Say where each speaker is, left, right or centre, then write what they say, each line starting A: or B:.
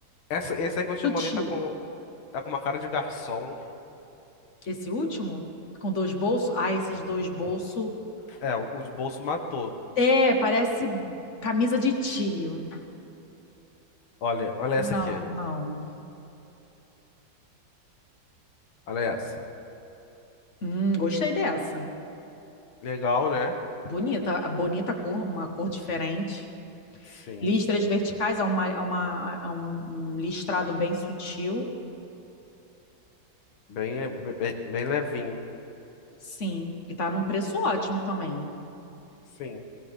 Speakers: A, on the left; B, on the left.
A: Essa, esse aí que
B: sutil.
A: eu te mandei tá com, tá com uma cara de garçom.
B: Esse último, com dois bolsos. Ah, esses dois bolsos.
A: É, os bolsos matou.
B: É, parece camisa de tio.
A: Olha, olha
B: Não,
A: essa aqui.
B: não.
A: Olha essa.
B: Hum, gostei dessa.
A: Legal, né?
B: Bonita, a bonita cor, uma cor diferente.
A: Sim.
B: Listras verticais é, uma, é, uma, é um, um listrado bem sutil,
A: Bem, bem, bem levinho.
B: sim. E tá num preço ótimo também.
A: Sim.